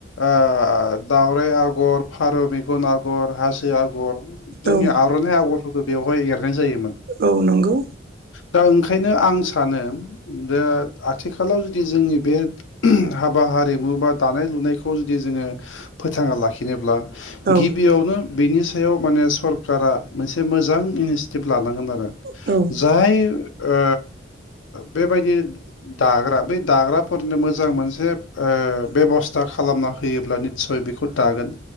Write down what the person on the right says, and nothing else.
औ
औ नंगौ
औ
औ